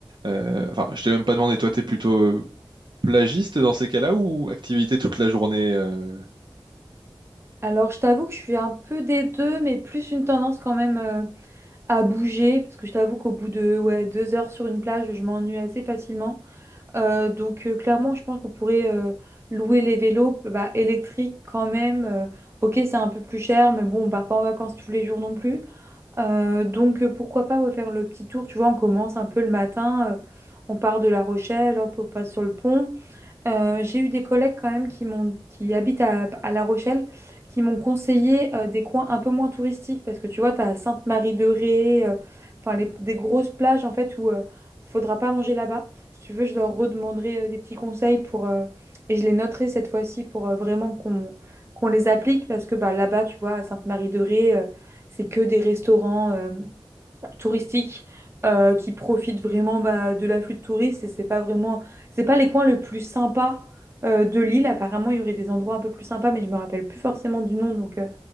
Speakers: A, on the right; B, on the right.
A: Euh, enfin, je t'ai même pas demandé, toi, t'es plutôt euh, plagiste dans ces cas-là ou activité toute la journée, euh?
B: Alors, je t'avoue que je suis un peu des deux, mais plus une tendance quand même euh, à bouger, parce que je t'avoue qu'au bout de ouais, deux heures sur une plage, je m'ennuie assez facilement. Euh, donc, euh, clairement, je pense qu'on pourrait euh, louer les vélos bah, électriques quand même. Euh, ok, c'est un peu plus cher, mais bon, on part pas en vacances tous les jours non plus. Euh, donc euh, pourquoi pas ouais, faire le petit tour, tu vois, on commence un peu le matin, euh, on part de La Rochelle, hop, on passe sur le pont, euh, j'ai eu des collègues quand même qui m'ont, qui habitent à, à La Rochelle, qui m'ont conseillé euh, des coins un peu moins touristiques parce que tu vois, tu as Sainte-Marie-de-Ré, euh, enfin les- des grosses plages en fait où euh, faudra pas manger là-bas. Si tu veux, je leur redemanderai euh, des petits conseils pour euh, et je les noterai cette fois-ci pour euh, vraiment qu'on qu'on les applique parce que bah là-bas, tu vois, à Sainte-Marie-de-Ré, euh, c'est que des restaurants. euh, touristique euh, qui profite vraiment bah, de l'afflux de touristes et c'est pas vraiment c'est pas les coins le plus sympa euh, de l'île apparemment il y aurait des endroits un peu plus sympas mais je me rappelle plus forcément du nom donc euh,